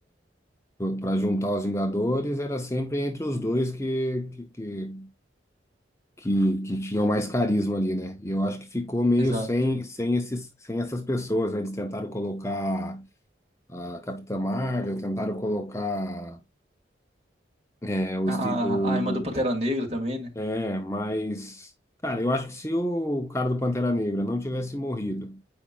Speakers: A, on the left (about 15°); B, on the right (about 35°).
A: para juntar os Vingadores, era sempre entre os dois que, que, que, que, que tinham mais carisma ali, né? E eu acho que ficou meio
B: exato.
A: sem, sem esses, sem essas pessoas, né? Eles tentaram colocar A Capitã Marvel, tentaram colocar é, o,
B: A,
A: Steve,
B: a
A: o,
B: a irmã do Pantera
A: o-
B: Negra também, né?
A: É, mas. Cara, eu acho que se o cara do Pantera Negra não tivesse morrido,